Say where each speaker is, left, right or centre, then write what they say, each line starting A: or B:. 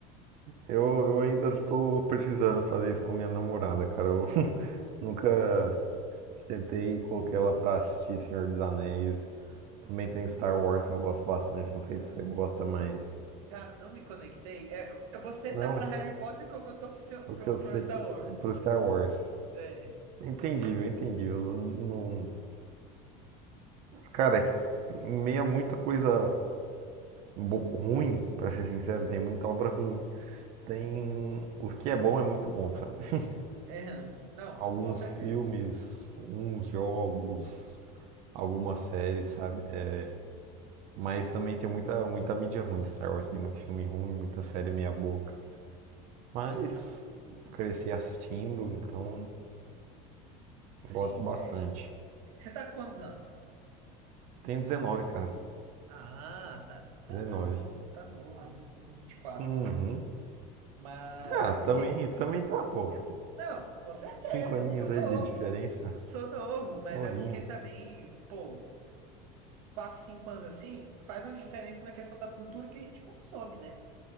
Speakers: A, on the right; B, on the right.
A: Eu, eu ainda tô precisando fazer isso com minha namorada, cara. Eu <laughs> nunca tentei colocar ela pra assistir Senhor dos Anéis.
B: Sim.
A: Também tem Star Wars que eu gosto bastante, não sei se você gosta mais.
B: Cara, não me conectei. É, você
A: Não,
B: tá pra Harry Potter como eu tô pro, seu-
A: é
B: pro,
A: o que você.
B: pro Star
A: t-
B: Wars.
A: Pro Star Wars.
B: É.
A: Entendível, entendível. Não. Cara, é que em meio a muita coisa bo- ruim, pra ser sincero, tem muita obra ruim. Tem. O que é bom é muito bom, sabe? <laughs>
B: É, hã. não,
A: Alguns
B: com certeza.
A: filmes, uns jogos, algumas séries, sabe? É, Mas também tem muita, muita mídia ruim de Star Wars. Tem muito filme ruim, muita série meia-boca. Mas
B: Sim,
A: cresci assistindo, então
B: sim,
A: gosto bastante.
B: é. Você tá com quantos anos?
A: Tem 19, cara.
B: Ah, tá, tá,
A: 19.
B: tá novo, tá novo ainda, tô com vinte e quatro
A: Uhum.
B: Mas
A: Ah,
B: é porque.
A: também, também tá, pô.
B: Não, com certeza,
A: Cinco aninhos
B: sou novo.
A: aí de diferença.
B: Sou novo, mas
A: Novinho,
B: é porque também, pô. quatro, cinco anos assim, faz uma diferença na questão da cultura que a gente consome, né?